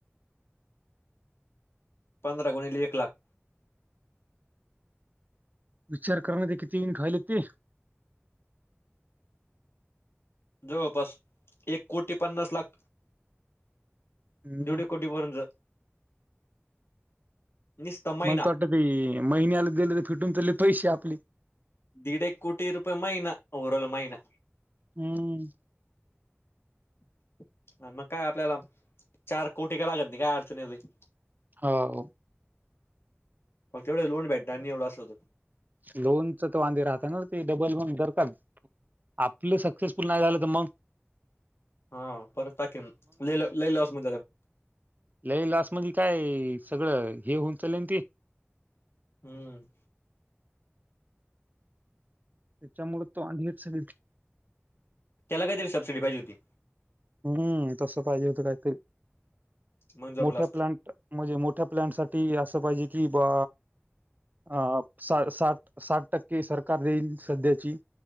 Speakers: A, on the left; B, on the right.
A: पंधरा गुणली एक लाख
B: विचार कर ते किती वीट वहिले ते
A: जवळपस एक कोटी पन्नास लाख
B: हम्म.
A: दिवडी कोटी बरच निस्तमहिना
B: मला तर वाटतं महिन्याला दिले तर फिटून चालले पैसे आपले
A: दीड एक कोटी रुपये महिना उरल महिना
B: हम्म
A: <inaudible> <inaudible> मग काय आपल्याला चार कोटी का लागत नाही काय अडचणी येत
B: हो
A: मग तेवढ लोन भेटते आणि एवढ असलं तर
B: लोनच तर वांदे राहत ना ते डबल म्हन धरताल आपलं सक्सेसफुल नाही झालं तर मग
A: हा परत टाकीे ल ललवस म
B: लई लाॉस्ट मध्ये काय सगळं हे होऊन चालेन ते
A: हम्म
B: त्याच्यामुळे तो आणली सगळी
A: त्याला काहीतरी सबसिडी पाहिज होती
B: हम्म तस पाहिजे होतं काहीतरी
A: मग जमलं
B: मोठा
A: असतं
B: प्लॅन म्हणजे मोठ्या प्लॅन साठी असं पाहिजे कि बा अ साठ साठ टक्के सरकार देईल सध्याची